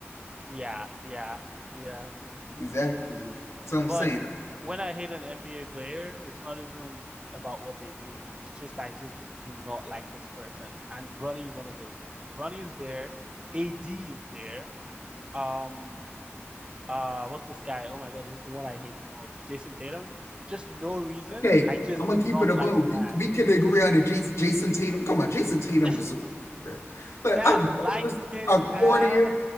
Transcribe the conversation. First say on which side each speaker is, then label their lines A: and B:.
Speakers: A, on the right (about 20°); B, on the left (about 70°).
A: yeah, yeah, yeah.
B: Exactly. So I'm
A: But
B: saying.
A: when I hate an NBA player, it's not even about what they do. It's just I just do not like this person. And Bronny is one of those people. Bronny is there, AD is there. Um, uh, what's this guy? Oh my God, he's the one I hate the most. Jason Tatum. Just no reason.
B: Okay,
A: I just
B: I'm gonna
A: do
B: keep
A: not
B: it above.
A: like the man.
B: We, we can agree on the Jason, Jason Tatum. Come on, Jason Tatum
A: <laughs>
B: deserves it. But
A: that
B: I've never
A: light
B: seen
A: skinned
B: a cornier.
A: ass.